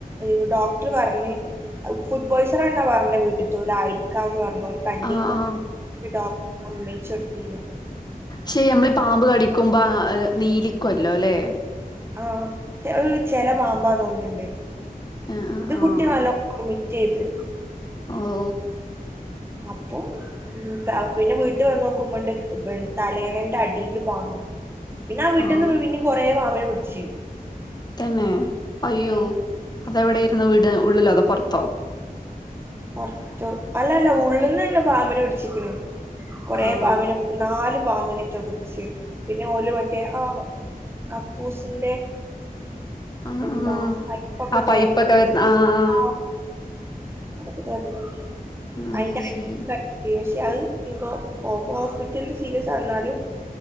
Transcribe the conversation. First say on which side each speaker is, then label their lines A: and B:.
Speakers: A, on the right; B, on the left.
A: ഈ ഡോക്ടറ് പറഞ്ഞ് ഫുഡ് പോയ്സനാണെന്നാ പറഞ്ഞേ വീട്ടിൽത്തോലായിരിക്കാംന്ന് പറഞ്ഞ് ഓല് കണ്ടീല്ല
B: ആഹ് ആഹ്
A: ഈ ഡോക്ടർ സമ്മയിച്ചൊടുത്തീലാ
B: ശേ നമ്മള് പാമ്പ് കടിക്കുമ്പ ആഹ് നീലിക്കുവല്ലോല്ലെ.
A: ആഹ് അഹ് ചെല പാമ്പാ തോന്നുണ്ട്
B: ആഹ്
A: ഇത്
B: ആഹ്
A: കുട്ടി നല്ലോം <unintelligible> ചെയ്ത്
B: ആഹോ
A: അപ്പൊൾ ഉം പിന്നെ വീട്ട് വന്ന് നോക്കുമ്പണ്ട് തലേണേന്റടീല് പാമ്പ് പിന്നാവീട്ടീന്ന്
B: ആഹ്
A: പി പിന്നേം കൊറേ പാമ്പിനെ പിടിച്ച്.
B: തന്നെ അയ്യോ
A: ഉം
B: അതെവിടേരുന്നു വീട് ഉള്ളിലോ അതോ പൊറത്തോ
A: പൊറത്ത് അല്ലല്ല ഉള്ളീന്നന്നെ പാമ്പിനെ പിടിച്ച്ക്കണ് കൊറേ
B: ആഹ്
A: പാമ്പിനെ പി നാല് പാമ്പിനേറ്റെ പിടിച്ച് പിന്നെ ഒല് മറ്റേ ആ കക്കൂസിന്റെ
B: ആഹ്
A: എന്താ
B: ആഹ്
A: പൈപ്പൊക്കെ
B: ആ പൈപ്പൊക്കെ
A: തൊരന്ന്
B: വരുന്ന
A: നോക്കി
B: ആ ആ
A: ആഹ് അതൊക്കെ തൊരന്നോക്കി
B: ആ
A: അയിന്റ അടീത്തെ
B: ശരി
A: <unintelligible> അത് ഇന്ന് ഹോസ്പിറ്റലി സീരിയസ എന്നാലും